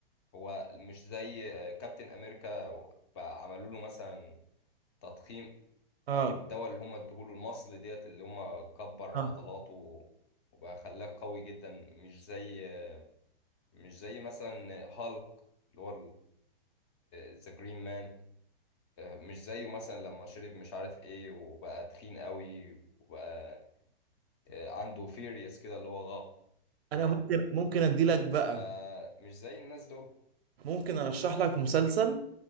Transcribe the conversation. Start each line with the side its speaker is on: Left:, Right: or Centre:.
Left: هو مش زي آه، كابتن امريكا بقى عملوا له مثلا تضخيم
Right: اه
Left: او الدواء اللي هم ادوه له المصل ديت اللي هم كبر
Right: اه
Left: عضلاته وبقى خلاه قوي جدا مش زي مش زي مثلا هالك اللي هو ذا جرين مان مش زيه مثلا لما شرب مش عارف ايه وبقى تخين قوي وبقى آه، عنده فيريس كده اللي هو
Right: انا
Left: غضب
Right: ممكن ممكن ادي لك بقى
Left: فمش زي الناس دول
Right: ممكن ارشح لك مسلسل